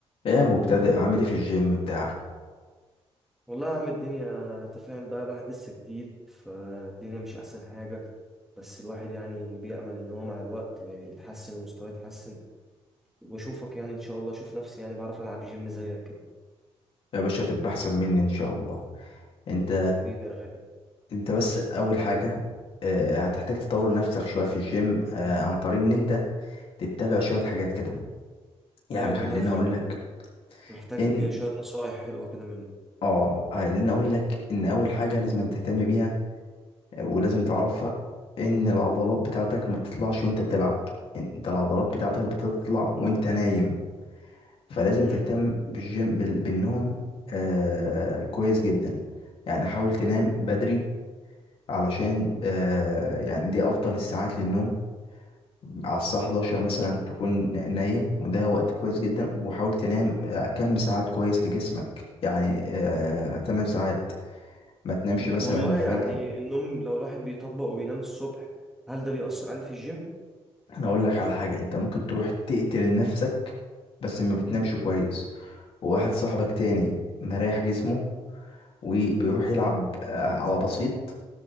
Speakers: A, on the left; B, in the centre.
A: ايه يا مبتدئ عامل ايه في الجيم بتاعك
B: والله يا عم الدنيا انت فاهم بقى الواحد لسه جديد فالدنيا مش احسن حاجة بس الواحد يعني بيأمل ان هو مع الوقت يتحسن ومستواه يتحسن واشوفك يعني ان شاء الله اشوف نفسي يعني بعرف العب جيم زيك كده
A: يا باشا تبقى احسن مني ان شاء الله انت
B: حبيبي يا غالي
A: انت بس اول حاجه آه، هتحتاج تطور نفسك شويه في الجيم آه، عن طريق ان انت تتبع شويه حاجات كده يعني
B: ايوه والله
A: خليني
B: فعلا
A: اقول لك
B: محتاج
A: ان
B: شوية نصايح حلوة كده منه
A: اه خليني اقول لك ان اول حاجه لازم تهتم بيها آه، ولازم تعرفها ان العضلات بتاعتك ما بتطلعش وانت بتلعب انت العضلات بتاعتك بتطلع وانت نايم فلازم
B: امم
A: تهتم بالجيم بال- بالنوم آه كويس جدا يعني حاول تنام بدري علشان آه يعني دي افضل الساعات للنوم على الساعة 11 مثلا تكون نا- نايم وده وقت كويس جدا وحاول تنام آه، كم ساعات كويس لجسمك يعني آه 8 ساعات ما تنامش
B: والله
A: مثلا الفجر
B: يعني النوم لو الواحد بيطبق وبينام الصبح هل ده بيأثر عليه في الجيم
A: انا اقول لك على حاجة انت ممكن تروح تقتل نفسك بس ما بتنامش
B: امم
A: كويس وواحد صاحبك تاني مريح جسمه وبيروح يلعب آه، على بسيط